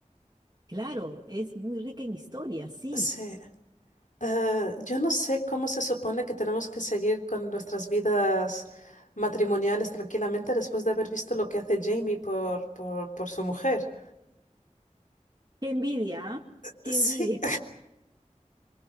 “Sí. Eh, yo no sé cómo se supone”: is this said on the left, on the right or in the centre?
Left